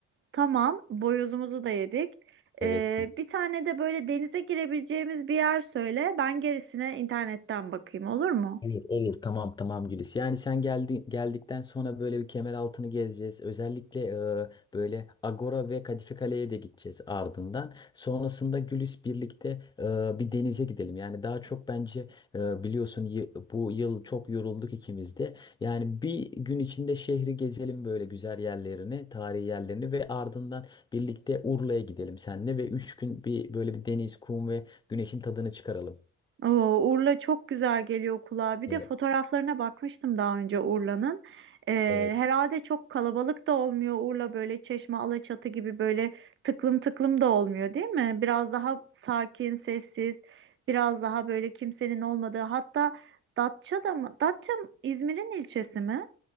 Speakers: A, on the right; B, on the left.
A: Tamam, boyozumuzu da yedik.
B: Evet.
A: Ee, bir tane de böyle denize girebileceğimiz bir yer söyle. Ben gerisine internetten bakayım, olur mu?
B: Olur, olur. Tamam, tamam Gülis. Yani sen geldi geldikten sonra böyle bir kemer altını gezeceğiz. Özellikle e, böyle Agora ve Kadife Kale'ye de gideceğiz ardından. Sonrasında Gülis birlikte e, bir denize gidelim. Yani daha çok bence e, biliyorsun yı- bu yıl çok yorulduk ikimiz de. Yani bir gün içinde şehri gezelim böyle güzel yerlerini, tarihi yerlerini ve ardından birlikte Urla'ya gidelim seninle ve üç gün bir böyle bir deniz, kum ve güneşin tadını çıkaralım.
A: Oo, Urla çok güzel geliyor kulağa. Bir
B: Evet.
A: de fotoğraflarına bakmıştım daha önce Urla'nın. Ee,
B: Evet.
A: herhalde çok kalabalık da olmuyor Urla böyle Çeşme, Alaçatı gibi böyle tıklım tıklım da olmuyor, değil mi? Biraz daha sakin, sessiz, biraz daha böyle kimsenin olmadığı. Hatta Datça da mı? Datça İzmir'in ilçesi mi?